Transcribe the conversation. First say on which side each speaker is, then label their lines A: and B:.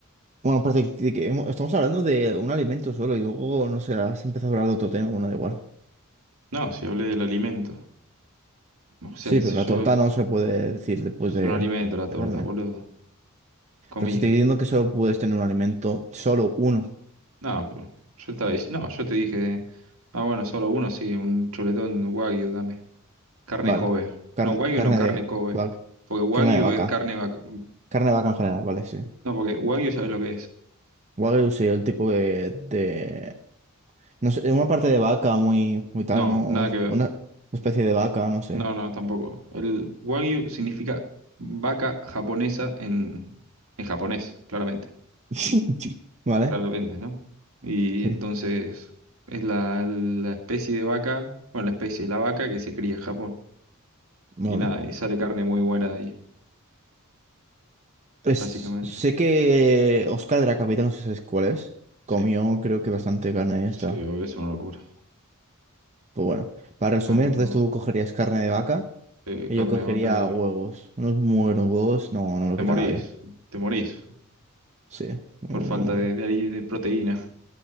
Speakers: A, on the right (about 35°); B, on the right (about 75°).
A: bueno, parece que que hemos- estamos hablando de un alimento solo y luego, no sé, has empezado a hablar de otro tema, bueno, da igual.
B: No, si hablé del alimento. O sea,
A: Sí,
B: si
A: pero la
B: yo
A: torta no se puede decir después
B: es
A: de
B: un alimento la torta,
A: la carne.
B: boludo. Comida.
A: Pero te estoy diciendo que solo puedes tener un alimento, solo uno.
B: No, pero yo estaba diciendo, no, yo te dije, ah, bueno, solo uno, sí, un chuletón wagyu, dame. Carne
A: Vale.
B: Kobe.
A: Car-
B: No, wagyu
A: carne
B: no, carne
A: de
B: Kobe.
A: vaca.
B: Porque wagyu
A: Carne de vaca.
B: es carne vacu-
A: Carne de vaca en general, vale, sí.
B: No, porque wagyu sabes lo que es.
A: Wagyu sí, el tipo de, de... No sé, una parte de vaca muy, muy tal,
B: No,
A: ¿no?
B: nada que ver.
A: Una especie de vaca, no sé.
B: No, no, tampoco. El Wagyu significa vaca japonesa en, en japonés, claramente.
A: <laughs> ¿Vale?
B: Claramente, ¿no? Y
A: Sí.
B: entonces es la, la especie de vaca, bueno, la especie de la vaca que se cría en Japón.
A: Vale.
B: Y nada, y sale carne muy buena de ahí,
A: Pues
B: básicamente.
A: sé que Oscar de la Capital, no sé si cuál es,
B: Sí,
A: comió creo que bastante carne de
B: sí,
A: esta.
B: obvio, es una locura.
A: Pues bueno, para resumir,
B: Carne,
A: entonces
B: como-
A: tú cogerías carne de vaca
B: sí,
A: y
B: carne
A: yo cogería
B: de vaca y
A: huevos. Unos muy buenos huevos, no, no lo
B: te
A: quita
B: morís,
A: nadie.
B: te morís
A: Sí, me,
B: por
A: me
B: falta
A: muero.
B: de, de, ahí- de proteína.